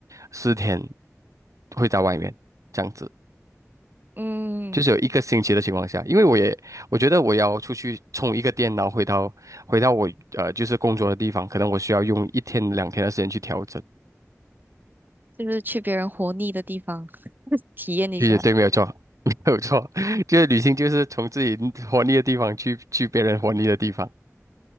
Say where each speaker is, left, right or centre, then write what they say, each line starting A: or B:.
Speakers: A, on the right; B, on the right.
A: 四天会在外面这样子。
B: 嗯，
A: 就是有一个星期的情况下，因为我也我觉得我要出去充一个电脑，回到回到我呃就是工作的地方，可能我需要用一天两天的时间去调整。
B: 就是去别人活腻的地方 <laughs> 体验一下。
A: 其实对，没有错，<laughs> 没有错，<laughs> 就是旅行就是从自己活腻的地方去去别人活腻的地方，